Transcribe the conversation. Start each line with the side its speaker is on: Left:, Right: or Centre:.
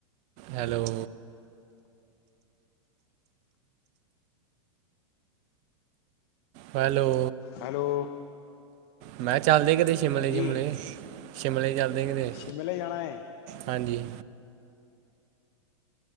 Right: ਹੈਲੋ। ਹੈਲੋ।
Left: ਹੈਲੋ।
Right: ਮੈਂ ਚੱਲਦੇ ਕਿਤੇ ਸ਼ਿਮਲੇ
Left: ਹਾਂਜੀ
Right: ਸ਼ੁਮਲੇ। ਸ਼ਿਮਲੇ ਚੱਲਦੇ ਕੀਤੇ।
Left: ਸ਼ਿਮਲੇ ਜਾਣਾ ਹੈ
Right: ਹਾਂਜੀ।